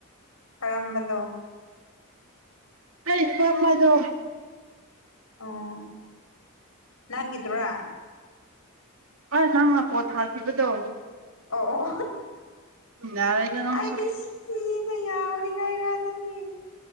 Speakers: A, on the left; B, on the right.
A: ꯀꯔꯝꯕꯅꯣ
B: ꯑꯩ ꯄꯃꯗꯣ
A: ꯑꯣ ꯅꯪꯗꯔꯥ
B: ꯑꯁ ꯅꯪ ꯉ ꯄꯣꯠ ꯊꯥꯈꯤꯕꯗꯣ
A: ꯑꯣ ꯑꯣ
B: ꯌꯥꯔꯦꯗ ꯅꯪꯁꯨ
A: ꯑꯩꯗꯤꯁ ꯏꯒ ꯌꯥꯎꯔꯤꯒ ꯏꯒꯗꯅꯤ